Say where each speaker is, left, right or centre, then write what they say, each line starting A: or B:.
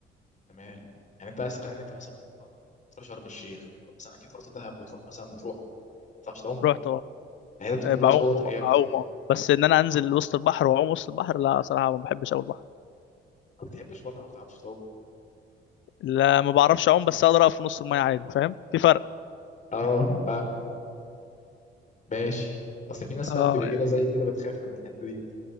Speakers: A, on the left; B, on the left.
A: تمام يعني انت عايز تقنعني انت مثلا بتروح بتروح شرم الشيخ بتروح مثلا اكيد رحت دهب بتروح مثلا مطروح ما بتعرفش تعوم
B: رحت اه
A: الحاجات دي
B: آه،
A: كلها
B: بعوم
A: شواطئ ايه يا
B: بعوم
A: ابني
B: اه بس ان انا انزل وسط البحر واعوم وسط البحر لا صراحه ما بحبش اول البحر
A: ما بتحبش ولا ما بتعرفش تعوم
B: لا ما بعرفش اعوم بس اقدر اقف في نص الميه عادي فاهم في فرق
A: اه فاهم ماشي اصل في ناس
B: اه
A: فاهم بيبقى كده زي كده بتخاف من الحته دي